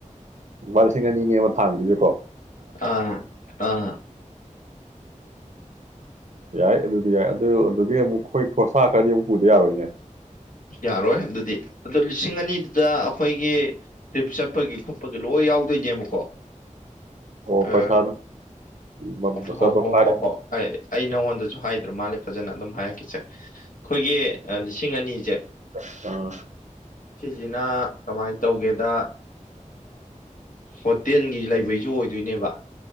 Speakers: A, on the right; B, on the left.
A: ꯂꯨꯄꯥ ꯂꯤꯁꯤꯡ ꯑꯅꯤꯅꯦꯕ ꯊꯥꯟꯕꯤꯁꯦꯀꯣ
B: ꯑꯥ ꯑꯥ
A: ꯌꯥꯏ ꯑꯗꯨꯗꯤ ꯌꯥꯏ ꯑꯗꯨ ꯑꯗꯨꯒꯤ ꯑꯃꯨꯛ ꯑꯩꯈꯣꯏ ꯈꯣꯔꯁꯥ ꯈꯔꯗꯤ ꯑꯃꯨꯛ ꯄꯨꯗ ꯌꯥꯔꯣꯏꯅꯦ
B: ꯌꯥꯔꯣꯏ ꯑꯗꯨꯗꯤ ꯑꯗꯨꯗꯣ ꯂꯤꯁꯤꯡ ꯑꯅꯤꯗꯨꯗ ꯑꯩꯈꯣꯏꯒꯤ ꯇ꯭ꯔꯤꯞ ꯆꯠꯄꯒꯤ ꯈꯣꯠꯄꯒꯤ ꯂꯣꯏ ꯌꯥꯎꯗꯣꯏ ꯅꯦꯕꯀꯣ
A: ꯑꯣ
B: ꯑ
A: ꯄꯩꯁꯥꯗꯨ ꯃꯝ-
B: ꯍꯣꯏ
A: ꯆꯠꯄ
B: ꯍꯣꯏ
A: ꯐ꯭ꯂꯥꯏꯠ
B: ꯍꯣꯏ ꯍꯣꯏ ꯑꯩ ꯑꯩ ꯅꯉꯣꯟꯗꯁꯨ ꯍꯥꯏꯗ꯭ꯔꯣ ꯃꯥꯜꯂꯦ ꯐꯖꯅ ꯑꯗꯨꯝ ꯍꯥꯏꯔꯛꯀꯦ <unintelligible> ꯑꯩꯈꯣꯏꯒꯤ ꯂꯤꯁꯤꯡ ꯑꯅꯤꯁꯦ
A: ꯑꯥ
B: ꯁꯤꯖꯤꯅꯥ ꯀꯃꯥꯏ ꯇꯧꯒꯦꯗ ꯍꯣꯇꯦꯜꯒꯤ ꯂꯩꯕꯩꯁꯨ ꯑꯣꯏꯗꯣꯏꯅꯦꯕ